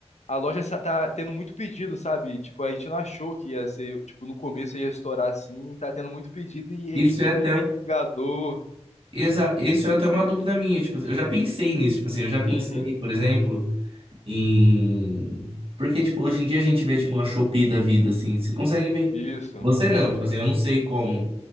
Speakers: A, on the left (about 75°); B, on the right (about 55°).
A: a loja sa- tá tendo muito pedido, sabe? Tipo, a gente não achou que ia ser, tipo, no começo ia estourar assim, e tá tendo muito pedido e
B: Isso
A: a gente,
B: é
A: tipo,
B: até.
A: não tem entregador.
B: Exa isso é até uma dúvida minha, tipo, assim, eu já pensei nisso, tipo assim, eu já pensei,
A: Uhum.
B: por exemplo, em... Porque, tipo, hoje em dia a gente vê, tipo, uma Shopee da vida, assim, você consegue ver.
A: Isso.
B: Você não, tipo assim, eu não sei como